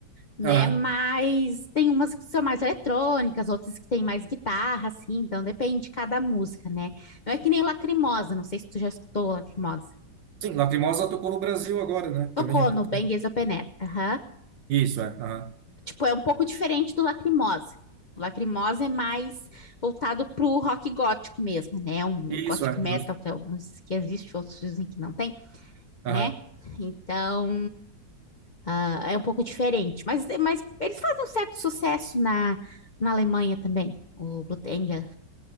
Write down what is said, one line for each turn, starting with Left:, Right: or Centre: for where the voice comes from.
Left: né?
Right: Aham.
Left: Mas tem umas que são mais eletrônicas, outras que têm mais guitarra, assim. Então depende de cada música, né? Não é que nem Lacrimosa. Não sei se tu já escutou Lacrimosa.
Right: Sim, Lacrimosa tocou no Brasil agora, né?
Left: Tocou
Right: Também há pouco
Left: no
Right: tempo.
Left: Bang Is Open Air. Aham.
Right: Isso, é. Aham.
Left: Tipo, é um pouco diferente do Lacrimosa. O Lacrimosa é mais voltado pro rock gótico mesmo, né? Um
Right: Isso,
Left: gothic
Right: é,
Left: metal
Right: justo.
Left: que alguns que existe, outros dizem que não tem,
Right: Aham.
Left: né? Então, ah, é um pouco diferente. Mas, mas eles fazem um certo sucesso na, na Alemanha também, o Blutengel.